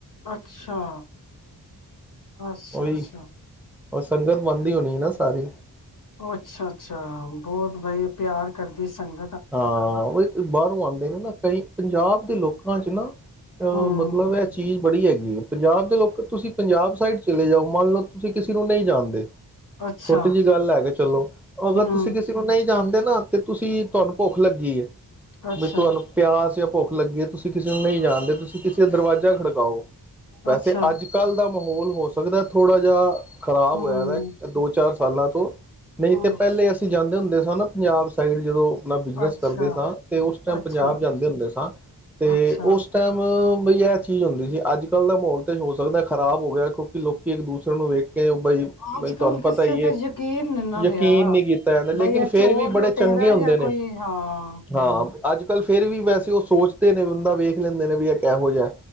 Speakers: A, on the left (about 50°); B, in the centre.
A: ਅੱਛਾ-ਅੱਛਾ-
B: ਉਹੀ
A: ਅੱਛਾ।
B: ਉਹ, ਸੰਗਤ ਬਣਦੀ ਹੋਣੀ ਨਾ ਸਾਰੀ।
A: ਉਹ, ਅੱਛਾ- ਅੱਛਾ ਬਹੁਤ ਬਈ ਪਿਆਰ ਕਰਦੀ ਸੰਗ
B: ਹਾਂ, ਉਹ ਬਾਹਰੋਂ ਆਉਂਦੇ ਨੇ ਨਾ, ਕਈ ਪੰਜਾਬ ਦੇ ਲੋਕ ਅੱਜ ਨਾ ਅ
A: ਹੂੰ,
B: ਮਤਲਬ ਇਹ ਚੀਜ਼ ਬੜੀ ਹੈਗੀ ਏ। ਪੰਜਾਬ ਦੇ ਲੋਕ ਤੁਸੀਂ ਪੰਜਾਬ ਸਾਈਡ ਚਲੇ ਜਾਓ, ਮੰਨ ਲਓ ਤੁਸੀਂ ਕਿਸੇ ਨੂੰ ਨਹੀਂ ਜਾਣਦੇ
A: ਅੱਛਾ,
B: ਛੋਟੀ ਜਿਹੀ ਗੱਲ ਹੈ, ਕਿ ਚਲੋ, ਅਗਰ
A: ਹੂੰ,
B: ਤੁਸੀਂ ਕਿਸੇ ਨੂੰ ਨਹੀ ਜਾਨਦੇ ਨਾ ਤੇ ਤੁਸੀਂ ਤੁਹਾਨੂੰ ਭੁੱਖ ਲੱਗੀ ਏ।
A: ਅੱਛਾ,
B: ਵੀ ਤੁਹਾਨੂੰ ਪਿਆਸ ਯਾ ਭੁੱਖ ਲੱਗੀ ਹੈ, ਤੁਸੀਂ ਕਿਸੇ ਨੂੰ ਨਹੀਂ ਜਾਣਦੇ ਤੁਸੀਂ ਕਿਸੇ ਦਾ ਦਰਵਾਜ਼ਾ ਖੜਕਾਓ ਵੈਸੇ,
A: ਅੱਛਾ,
B: ਅੱਜ- ਕੱਲ੍ਹ ਦਾ ਮਾਹੌਲ ਹੋ ਸਕਦਾ, ਥੋੜਾ ਜਿਹਾ ਖ਼ਰਾਬ
A: ਹੂੰ,
B: ਹੋਇਆ ਦੋ, ਚਾਰ ਸਾਲਾਂ ਤੋ ਨਹੀਂ
A: ਹੂੰ,
B: ਤੇ, ਪਹਿਲੇ ਅਸੀਂ ਜਾਂਦੇ ਹੁੰਦੇ। ਦੇਖੋ ਪੰਜਾਬ ਸਾਈਡ ਜਦੋਂ, ਆਪਣਾ ਬਿਜਨਸ
A: ਅੱਛਾ,
B: ਕਰਦੇ ਸਾਂ, ਤੇ ਉਸ ਟਾਈਮ
A: ਅੱਛਾ,
B: ਪੰਜਾਬ ਜਾਂਦੇ ਹੁੰਦੇ ਸਾਂ, ਤੇ
A: ਅੱਛਾ
B: ਉਸ ਟਾਈਮ ਬਈ ਇਹ ਚੀਜ਼ ਹੁੰਦੀ ਸੀ। ਅੱਜ ਕੱਲ੍ਹ ਦਾ ਮਾਹੌਲ ਤੇ, ਹੋ ਸਕਦਾ ਖਰਾਬ ਹੋ ਗਿਆ, ਕਿਉਂਕਿ ਲੋਕੀ ਇੱਕ ਦੂਸਰੇ ਨੂੰ ਵੇਖ ਕੇ ਬਈ
A: ਅੱਜ
B: ਬਈ
A: ਕੱਲ
B: ਤੁਹਾਨੂੰ
A: ਕਿਸੇ
B: ਪਤਾ ਹੀ
A: ਤੇ
B: ਹੈ
A: ਯਕੀਨ ਨੀ ਨਾ
B: ਯਕੀਨ
A: ਰਿਹਾ,
B: ਨਹੀਂ ਕੀਤਾ ਜਾਂਦਾ ਲੇਕਿਨ
A: ਬਈ ਇਹ
B: ਫੇਰ
A: ਚੋਰ-
B: ਵੀ ਬੜੇ
A: ਲੁਟੇਰਾ
B: ਚੰਗੇ ਹੁੰਦੇ
A: ਯਾਂ
B: ਨੇ
A: ਕੋਈ ਹਾਂ।
B: ਹਾਂ ਅੱਜ -ਕੱਲ ਫੇਰ ਵੀ ਵੈਸੇ ਉਹ ਸੋਚਦੇ ਨੇ, ਬੰਦਾ ਵੇਖ ਲੈਂਦੇ ਨੇ ਵੀ, ਇਹ ਕਿਹੋ ਜਿਹਾ